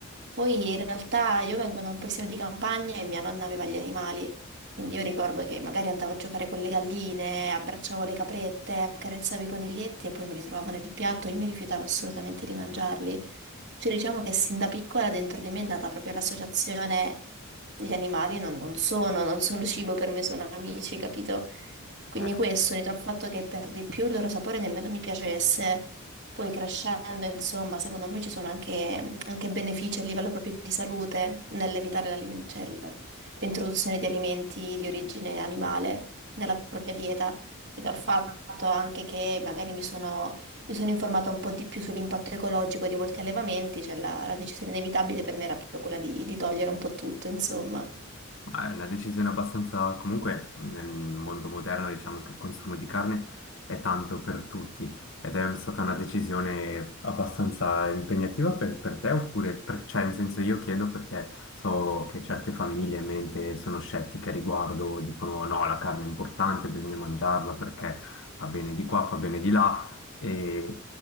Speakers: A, on the right; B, on the left.
A: Poi in realtà io vengo da un paesino di campagna e mia nonna aveva gli animali, quindi io ricordo che magari andavo a giocare con le galline, abbracciavo le caprette, accarezzavo i coniglietti e poi mi ritrovavo nel piatto, io mi rifiutavo assolutamente di mangiarli. Cioè diciamo che sin da piccola dentro di me è nata proprio l'associazione degli animali, non, non sono, non sono cibo per me, sono amici, capito? Quindi
B: Eh,
A: questo, unito al fatto che per di più il loro sapore nemmeno mi piacesse, poi crescendo, insomma, secondo me ci sono anche, anche benefici a livello proprio di salute nell'evitare l'alimen- cioè il- l'introduzione di alimenti di origine animale nella propria dieta, unito al fatto anche che magari mi sono, mi sono informata un po' di più sull'impatto ecologico di molti allevamenti, cioè la, la decisione inevitabile per me era proprio quella di, di togliere un po' tutto, insomma.
B: Ma È una decisione abbastanza, comunque nel mondo moderno diciamo che il consumo di carne è tanto per tutti ed è stata una decisione abbastanza impegnativa per, per te oppure, per- cioè in senso io chiedo perché so che certe famiglie in mente sono scettiche a riguardo, dicono no, la carne è importante, bisogna mangiarla perché fa bene di qua, fa bene di là e